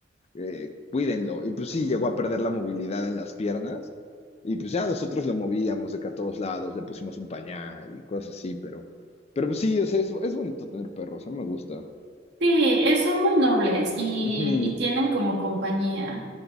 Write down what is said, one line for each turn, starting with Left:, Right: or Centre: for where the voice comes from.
Left: eh, cuídenlo. Y pues sí, llegó a perder la movilidad en las piernas. Y pues ya nosotros lo movíamos de que a todos lados le pusimos un pañal y cosas así, pero, pero pues sí, o sea, es, es bonito tener perros, a mí me gusta.
Right: Sí, eh, son muy nobles y,
Left: Ujú,
Right: y tienen como compañía